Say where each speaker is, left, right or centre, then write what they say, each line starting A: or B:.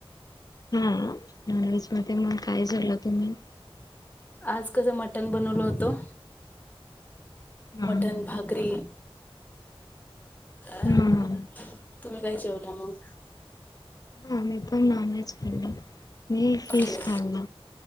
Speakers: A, on the left; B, on the left.
A: हा नॉन व्हेज मध्ये मग काय जेवला तुम्ही....
B: आज कसं मटण बनवल होतं...
A: हा
B: मटन भाकरी.... अह
A: हा हा
B: तुम्ही काही जेवला मग...
A: हा मी पण नॉन व्हेज खाल्ला मी फिश
B: ओके
A: खाल्ला...